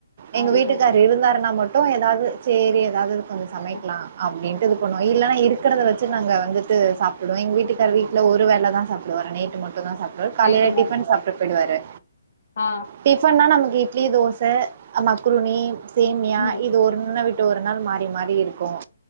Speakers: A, on the right; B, on the left.
A: எங்க
B: அதே
A: வீட்டுக்கார்
B: மாரி
A: இருந்தாருனா மட்டும் ஏதாவது செரி <unintelligible> சமைக்கலாம்
B: ம்
A: அப்டின்ட்டு இருக்கனும் இல்லன்னா இரு இருக்கரத வச்சு நாங்க வந்துட்டு சாப்பிடுவோ எங்க வீட்டுக்கார வீட்ல ஒரு வேலதான் சாப்டுவோர நை <unintelligible> கால
B: நைட்டு மேல
A: டிபன் சாப்பிட்டு போயிடுவாரு
B: ஆ
A: டிபன் நா நமக் இட்லி தோசை மக்ருனி சேமியா
B: ம்
A: இது ஒன்ன விட்டு ஒன் ஒரு நாள் மாறி மாறி இருக்கும்